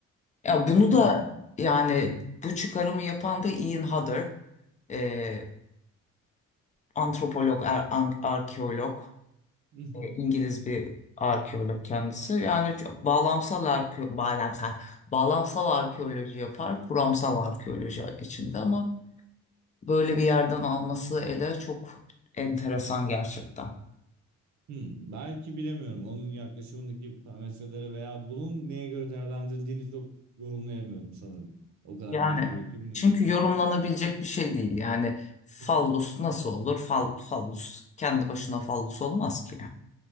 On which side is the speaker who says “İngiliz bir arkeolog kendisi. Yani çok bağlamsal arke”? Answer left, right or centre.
Left